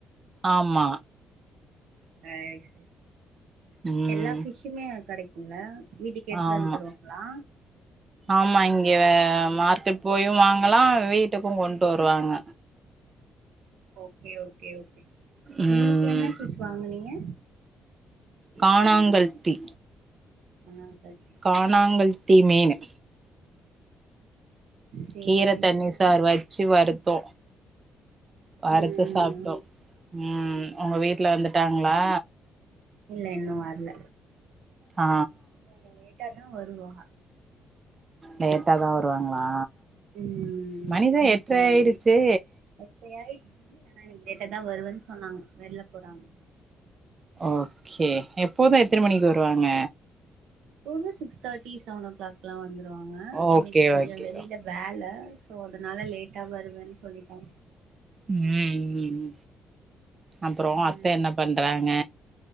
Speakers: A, on the right (about 35°); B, on the right (about 80°).
A: ஆமா
B: <unintelligible>
A: ம்
B: எல்லா பிஷ்ஷுமே அங்க கெடைக்குல்ல வீட்டுக்கு எடுத்து
A: ஆமா
B: வந்து தருவாங்களா
A: ஆமா இங்க மார்க்கெட் போயு வாங்களா வீட்டுக்கு கொண்டு வருவாங்க
B: ஓகே ஓகே ஓகே
A: ம்
B: இன்னிக்கி என்ன பிஷ் வாங்குனீங்க
A: காணாங்கல்தி
B: <unintelligible>
A: காணாங்கல்தி மீனு
B: சேரி
A: கீர தண்ணி
B: சேரி
A: சார் வெச்சு வறுத்தோ வறுத்து
B: ம்
A: சாப்பிட்டோ ம் உங்க வீட்ல வந்துட்டாங்களா
B: இல்ல இன்னு வர்ல
A: ஆ
B: கொஞ்ச லேட்டா வருவா
A: லேட்டாதா வருவாங்களா
B: ம்
A: மணிதா எட்ர ஆயிடுச்சே
B: எட்ர ஆயிடுச்சு ஆனா இனிமே தா வருவேன்னு சொன்னாங்க வெளில போறாங்க
A: ஓகே எப்போது எத்தன மணிக்கு வருவாங்க
B: எப்போது six thirty seven o'clock எல்லா வந்துருவாங்க
A: ஓகே
B: இன்னிக்கி கொஞ்சோ
A: ஓகே
B: வெளியில வேல சோ அதனால லேட்டா வருவேன்னு சொல்லிட்டாங்க
A: ம் ம் அப்றோ
B: ம்
A: அத்த என்ன பண்றாங்க